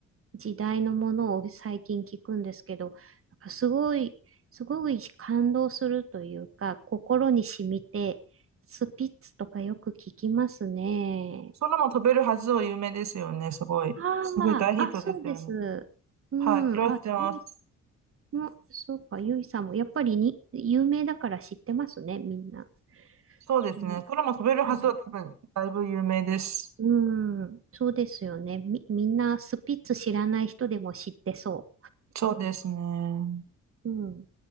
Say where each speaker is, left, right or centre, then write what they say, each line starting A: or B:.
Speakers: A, on the right; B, on the right.
A: 時代のものを最近聞くんですけど、なんかすごい、すごい感動するというか、心に染みて、スピッツとかよく聞きますね。
B: 空も飛べるはずを有名ですよね。すごい。
A: ああ、
B: すごい大ヒットですよね。
A: あ、そうです。うん、
B: はい、それは知ってます。
A: あ、ゆいも、そうか、ゆいさんも、やっぱりに、有名だから知ってますね、みんな。
B: そうですね。
A: うん、
B: 空も飛べるはずは多分、
A: うん
B: だいぶ有名です。
A: うんそうですよね。み、みんなスピッツ知らない人でも知ってそ
B: そうですね。
A: う。うん